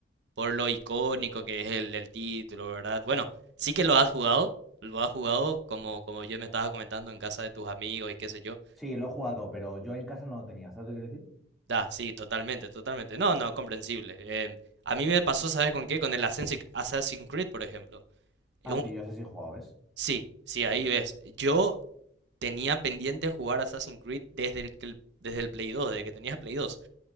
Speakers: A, on the right; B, in the centre.
A: por lo icónico que es el, el título, ¿verdad? Bueno, sí que lo has jugado, lo has jugado como, como yo me estaba comentando en casa de tus amigos y qué sé yo.
B: Sí, lo he jugado, pero yo en casa no lo tenía, ¿sabes lo que quiero decir?
A: Da, sí, totalmente, totalmente. No, no, comprensible. Em, a mí me pasó, ¿sabes con qué? Con el Assassin's Assassin's Creed, por ejemplo.
B: Ah,
A: Es un-
B: sí, yo sé si he jugado, ¿ves?
A: sí, sí, ahí ves. Yo tenía pendiente jugar Assassin's Creed desde el, que- desde el Play 2, desde que tenías Play 2.